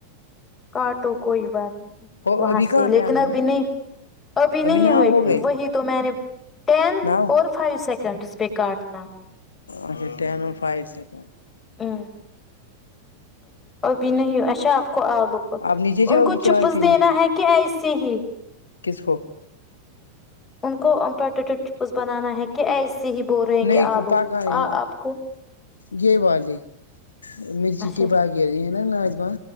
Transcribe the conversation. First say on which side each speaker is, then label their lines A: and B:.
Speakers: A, on the left; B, on the left.
A: کاٹو کوئی بات نہیں
B: ہو
A: وہاں
B: ابھی
A: سے
B: کہاں
A: لیکن
B: ٹین ہوئے
A: ابھی نہیں ابھی نہیں
B: ناؤ
A: ہوئے
B: ہو گئے
A: وہی تو میں نے ٹین
B: ناؤ
A: اور فائی سیکنڈس پہ کاٹنا
B: اچھا ٹین اور فائیو سیکنڈ
A: ہوں ابھی نہیں اچھا آپ کو آلو پر
B: آپ نیچے
A: ان
B: جاؤ
A: کو
B: گی
A: چپس
B: چائے پینے
A: دینا ہے کہ ایسے ہی
B: کس کو
A: ان کو پوٹیٹو چپس بنانا ہے کہ ایسے ہی بول رہے ہیں
B: نہیں
A: کہ آلو
B: پکانے
A: آپ کو
B: یہ والے مرچی
A: اچھا
B: کے با یہ ہے نا ناجماں